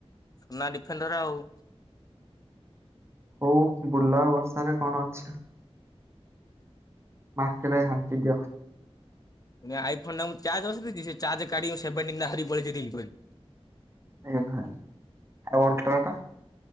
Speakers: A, on the left; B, on the right.
A: ସୁନା ଡିଫେଣ୍ଡର ଆଉ।
B: ହଉ ବୁଲାବ ବର୍ଷାରେ କଣ ଅଛି? ମାର୍କେଟ ଘା ନଟି ଦିଅ
A: ଆଇ ଫୋନ ଟା ଚାର୍ଜ ବସି ଦେଇଛି ସେ ଚାର୍ଜ କାଢି ସେଭେଣ୍ଟିଁ ଟା ଧରି କି ପଳେଇଛି ରିଅଲ କରି
B: ଆୱଲ ଟ ର ଟା